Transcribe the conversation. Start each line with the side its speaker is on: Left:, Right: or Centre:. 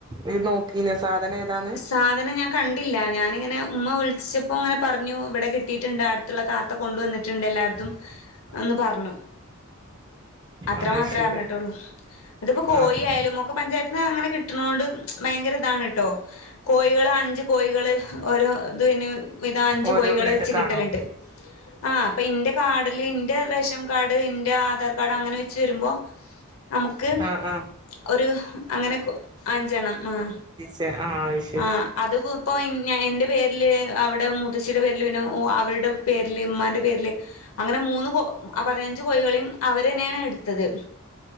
Right: ഇയ് നോക്കീന്യാ സാധനേതാന്ന്?
Left: സാധനം ഞാൻ കണ്ടില്ല ഞാനിങ്ങനെ ഉമ്മ വിളിച്ചപ്പം ഇങ്ങനെ പറഞ്ഞു ഇവടെ കിട്ടീട്ട്ണ്ട്. അടു ത്ത്ള്ള താത്ത കൊണ്ടുവന്നിട്ടുണ്ട് എല്ലാര്തും
Right: <inaudible>
Left: എന്ന് പർഞ്ഞു അത്ര
Right: ആ അത്
Left: മാത്രെ
Right: ശരി
Left: അറിഞ്ഞിട്ടുള്ളൂ അതിപ്പം കോയി
Right: ആ ആ.
Left: ആയാലും ഒക്കെ പഞ്ചായ ത്ത്ന്ന് അങ്ങനെ കിട്ട്ണോണ്ട് ഭയങ്കര ഇതാണ് ട്ടോ കോയ്കള് അഞ്ച് കോയ്കള് ഓരോ ഇതിന് ഇതാ അഞ്ച്
Right: ഓരോ
Left: കോയ്കള
Right: വീട്ടക്കാണോ
Left: വെച്ച് കിട്ടല്ണ്ട് ആഹ അപ്പം ഇന്റെ കാർഡില് ഇന്റെ റേഷൻ കാർഡ് ഇന്റെ ആധാർ കാർഡ് അങ്ങനെ വെച്ച് വരുമ്പം നമുക്ക്
Right: ആ ആ
Left: ഒരു അങ്ങനെ അഞ്ചെണ്ണം ആഹ.
Right: തെ ആഹ അയ്
Left: ആഹ അത്കും പ്പൊ എന്റെ പേരില്, അവടെ മുത്തച്ചിയുടെ പേരില്, പിന്നെ അവളുടെ പേരില്, ഉമ്മാന്റെ പേരില്, അങ്ങനെ മൂന്ന് കോ പതിനഞ്ച് കോഴികളിം അവരന്നൊണ് ഇട്ത്തത്.